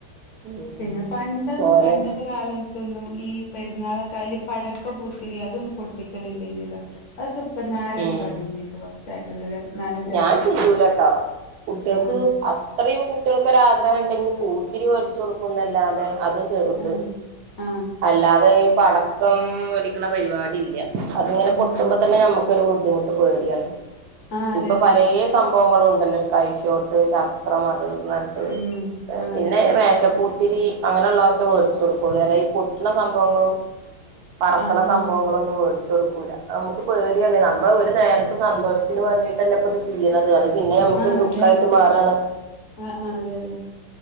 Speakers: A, on the right; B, on the left.
A: ഉം
B: പിന്നെ പണ്ടൊന്നും
A: പോലെ
B: പണ്ടത്തെ കാലം. പണ്ടൊന്നും ഈ പെരുന്നാളക്കായല് പടക്കം പൂത്തിരി അതൊന്നും പൊട്ടിക്കലില്ല യിനലോ? അതൊക്കെ ഇപ്പനാരങ്
A: ഉം
B: തുടങ്ങിയത് കുറച്ചായിട്ടല്ലേ ഒരു നാലഞ്ചു
A: ഞാൻ ചെയുല ട്ടോ കുട്ട്യാൾക്ക്.
B: ആഹ്
A: അത്രയും കുട്ടികൾക്ക് ഒരാ ആഗ്രഹം ഉണ്ടെങ്കിൽ പൂത്തിരി മേടിച്ചു കൊടുക്കുംന്നല്ലാതെ. ചെറുത്
B: ആഹ് ആഹ്
A: അല്ലാതെ പടക്കം മേടിക്ക്ണ പരിപാടി ഇല്ല. അതിങ്ങന
B: ഉം
A: പൊട്ടുമ്പോ തന്നെ നമ്മുക്കൊരു ബുദ്ധിമുട്ട് പേടിയാണ്.
B: ആഹ് അതെ
A: ഇപ്പൊ
B: അതെ
A: പലേ സംഭവങ്ങളുണ്ടല്ലോ സ്കൈഷോട്ട്. ച്ച <unintelligible>
B: ഉം ആഹ്
A: പിന്നെ
B: അതെ അതെ
A: മേശപ്പൂത്തിരി. അങ്ങനെയുള്ളതൊക്കെ മേടിച്ച് കൊടുകൊള്ളൂ അല്ല ഈ പൊട്ട്ണ സംഭവങ്ങളും. പറക്ക്ണ
B: ആഹ് ആഹ്
A: സംഭവങ്ങളൊന്നും മേടിച്ചു കൊടുക്കൂല. നമുക്ക് പേടിയാണ് നമ്മള് ഒരു നേരത്തെ സന്തോഷത്തിന് വേണ്ടിയിട്ട ലെ ഇപ്പൊ അത് ചെയ്യ്ണത് അത്. പിന്നെ നമ്മുക്കൊരു
B: ആഹ്
A: ദുഃഖായിട്ട്
B: അതെ
A: മാറാണ്.
B: ആഹ് ആഹ് അതെ അതെ.